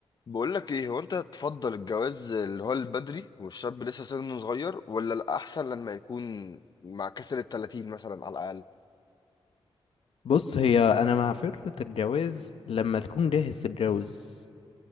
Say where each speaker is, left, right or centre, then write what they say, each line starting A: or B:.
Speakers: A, on the left; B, on the left.
A: بقول لك ايه هو انت تفضل الجواز اللي هو البدري والشاب لسه سنه صغير ولا الاحسن لما يكون مع كسر ال 30 مثلا على الاقل
B: بص هي انا مع فكرة الجواز لما تكون جاهز تتجوز